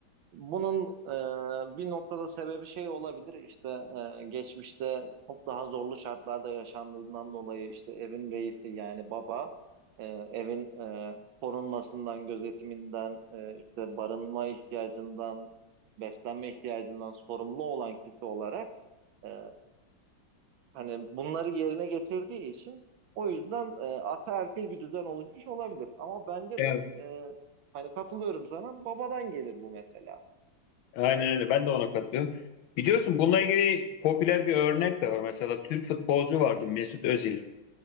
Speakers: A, on the right; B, on the left.
A: Bunun e, bir noktada sebebi şey olabilir işte e, geçmişte çok daha zorlu şartlarda yaşandığından dolayı işte evin reisi yani baba e, evin e, korunmasından, gözetiminden, e, işte barınma ihtiyacından, beslenme ihtiyacından sorumlu olan kişi olarak e, Hani bunları yerine getirdiği için o yüzden e, ataerkil bir düzen oluşmuş olabilir. Ama bence
B: Evet.
A: de e, hani katılıyorum sana babadan gelir bu mesela.
B: Aynen öyle. Ben de ona katılıyorum. Biliyorsun bununla ilgili popüler bir örnek de var. Mesela Türk futbolcu vardı Mesut Özil.